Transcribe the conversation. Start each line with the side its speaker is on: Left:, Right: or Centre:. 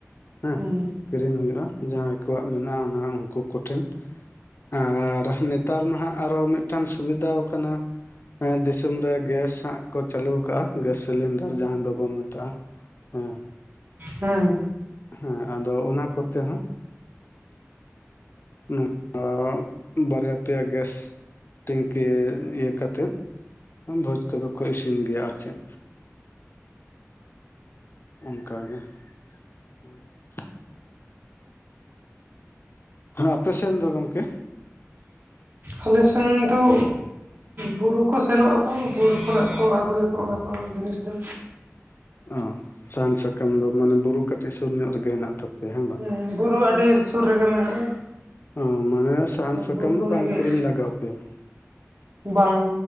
Left: ᱦᱮᱸ
Right: ᱦᱩᱸ
Left: ᱠᱤᱨᱤᱧ ᱦᱩᱭᱩᱜᱼᱟ, ᱡᱟᱦᱟᱭ ᱠᱚᱣᱟᱜ ᱢᱮᱱᱟᱜᱼᱟ ᱩᱱᱠᱩ ᱠᱚ ᱴᱷᱮᱸᱱ᱾ ᱟᱨ ᱱᱮᱛᱟᱨ ᱢᱟ ᱦᱟᱜᱼᱼ ᱟᱨᱦᱚᱸ ᱢᱤᱫᱴᱟᱝ ᱥᱩᱵᱤᱫᱟᱣ ᱟᱠᱟᱱᱟ ᱫᱤᱥᱚᱢ ᱨᱮ ᱜᱮᱥ ᱦᱟᱸᱜ ᱠᱚ ᱪᱟᱞᱩᱼ ᱟᱠᱟᱜᱼᱟ ᱜᱮᱥ ᱥᱤᱞᱮᱱᱰᱟᱨ ᱡᱟᱦᱟ ᱫᱚ ᱵᱚᱱ ᱢᱮᱛᱟᱜᱼᱟ᱾ ᱦᱩᱸ ᱼ
Right: ᱦᱮᱸ ᱾
Left: ᱦᱮᱸ ᱟᱫᱚ ᱚᱱᱟ ᱠᱚᱛᱮ ᱦᱚᱸ ᱟᱹ ᱼᱼ ᱟᱹ ᱵᱟᱨᱭᱟ ᱯᱮᱭᱟ ᱜᱮᱥ ᱴᱤᱝᱠᱤ ᱤᱭᱟᱹ ᱠᱟᱛᱮᱫᱼᱼ ᱵᱷᱚᱡᱽ ᱠᱚᱫᱚ ᱠᱚ ᱤᱥᱤᱱ ᱜᱮᱭᱟ ᱟᱨ ᱪᱮᱫ᱾ ᱚᱱᱠᱟ ᱜᱮ᱾ ᱚ <inaudible> ᱟᱯᱮ-ᱥᱮᱱ ᱫᱚ ᱜᱚᱢᱠᱮ᱾
Right: ᱟᱞᱮ ᱥᱮᱱ ᱫᱚ ᱵᱩᱨᱩ ᱠᱚ ᱥᱮᱱᱚᱜ ᱟᱠᱚ ᱵᱩᱨᱩ ᱠᱷᱚᱱᱟᱜ ᱠᱚ ᱟᱹᱜᱩᱭ ᱟᱠᱚ᱾ ᱚᱱᱟ ᱠᱚ ᱡᱤᱱᱤᱥ ᱫᱚ᱾
Left: ᱚᱸ ᱥᱟᱦᱟᱱ ᱥᱟᱠᱟᱢ ᱫᱚ ᱢᱟᱱᱮ ᱵᱩᱨᱩ ᱠᱟᱹᱴᱤᱡ ᱥᱩᱨ ᱧᱚᱜ ᱨᱮᱜ ᱦᱮᱱᱟᱜ-ᱟ᱾ ᱛᱟ ᱯᱮ ᱦᱮᱸ ᱼᱼ
Right: ᱦᱩᱸ ᱵᱩᱨᱩ ᱟᱹᱰᱤ ᱥᱩᱨ ᱨᱮᱜᱮ ᱢᱮᱱᱟᱜᱼᱟ᱾
Left: ᱦᱮᱸ ᱢᱟᱱᱮ
Right: ᱟᱞᱮ
Left: ᱥᱟᱦᱟᱱ ᱥᱟᱠᱟᱢ
Right: ᱵᱩᱨᱩ
Left: ᱫᱚ ᱵᱟᱝ
Right: ᱨᱮᱜᱮ
Left: ᱠᱤᱨᱤᱧ ᱞᱟᱜᱟᱣ ᱯᱮᱭᱟ᱾
Right: ᱵᱟᱝ,